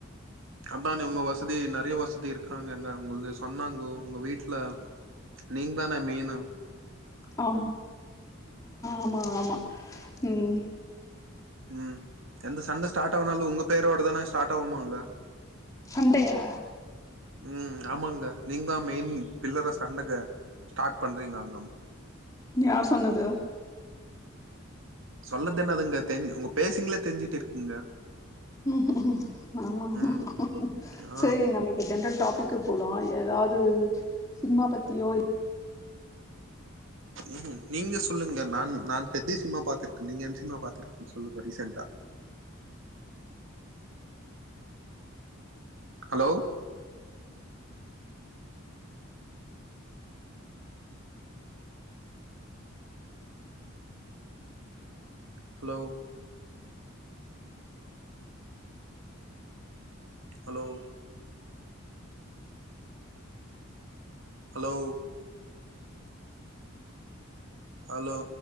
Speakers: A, on the right; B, on the left.
A: அதானே உங்க வசதி நெறைய வசதி இருக்காங்கங்க உங்கள்து சொன்னாங்கோ உங்க வீட்ல நீங் தானே மெயினா
B: ஆம் ஆமா ஆமா ம்
A: ம் எந்த சண்ட ஸ்டார்ட் ஆனாலு உங்க பேரோட தானே ஸ்டார்ட் ஆகுமாங்க
B: சண்டையா
A: ம் ஆமாங்க நீங்க தா மெயின் பில்லரா சண்டக்க ஸ்டார்ட் பண்றீங்க அங்கம்
B: யார் சொன்னது
A: சொல்லதென்னதுங்க தெரிங் உங்க பேசிங்ளே தெரிஞ்சுட்டு இருக்குங்க
B: ம்ம் ஆமா ஆமா
A: ம் ஆ
B: சேரி நம்ம இப்ப ஜென்ரல் டாபிக் க்கு போலா எதாவ்து சினிமா பத்தியோ இல்
A: ம் நீங்க சொல்லுங்க நான் நான் பெதிய சினிமா பாத்திருக்கே நீங்க என்ன சினிமா பாத்திருக்கீங்கனு சொல்லுங்க ரீசெண்டா hello hello hello hello hello